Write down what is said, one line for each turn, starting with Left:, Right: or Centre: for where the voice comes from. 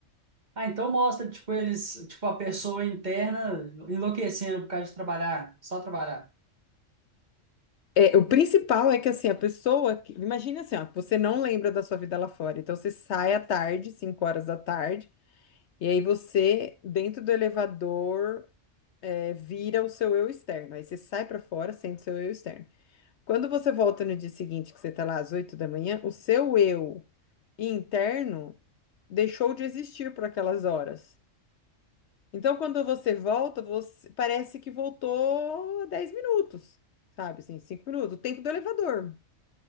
Right: Ah, então mostra, tipo, eles, tipo, a pessoa interna enlouquecendo por causa de trabalhar, só trabalhar.
Left: É, o principal é que assim, a pessoa, que- imagine assim, ó, você não lembra da sua vida lá fora. Então você sai à tarde, 5 horas da tarde, e aí você, dentro do elevador, é, vira o seu eu externo. Aí você sai pra fora sendo seu eu externo. Quando você volta no dia seguinte, que você tá lá às 8 da manhã, o seu eu interno deixou de existir por aquelas horas. Então, quando você volta, você parece que voltou 10 minutos, sabe? Assim, 5 minutos, o tempo do elevador.